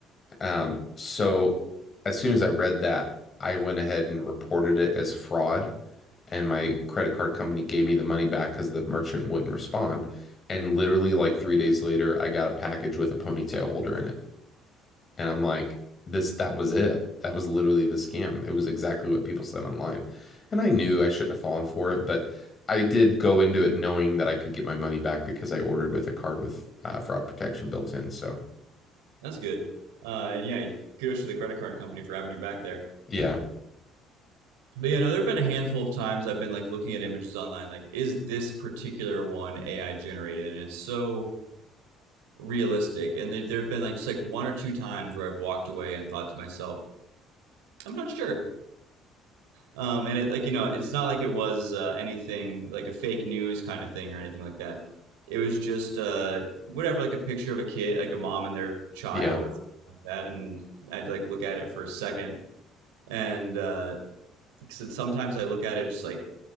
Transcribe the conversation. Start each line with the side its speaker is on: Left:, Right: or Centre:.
Left: Um, so as soon as I read that, I went ahead and reported it as fraud and my credit card company gave me the money back because the merchant wouldn't respond. And literally, like three days later, I got a package with a ponytail holder in it. And I'm like, this, that was it. That was literally the scam. It was exactly what people said online. And I knew I shouldn't have fallen for it, but I did go into it knowing that I could get my money back because I ordered with a card with uh, fraud protection built in. So,
Right: That's good. Uh, and yeah, kudos to the credit card company for having your back there.
Left: yeah,
Right: But yeah, no, there have been a handful of times I've been like looking at images online, like, is this particular one AI generated? And it's so realistic. And there, there have been like just like one or two times where I've walked away and thought to myself, I'm not sure. Um, and it like you know, it's not like it was uh, anything like a fake news kind of thing or anything like that. It was just uh, whatever, like a picture of a kid, like a mom and their child
Left: yeah,
Right: or something like that. And I'd like look at it for a second, and uh, 'cause it's- sometimes I look at it just like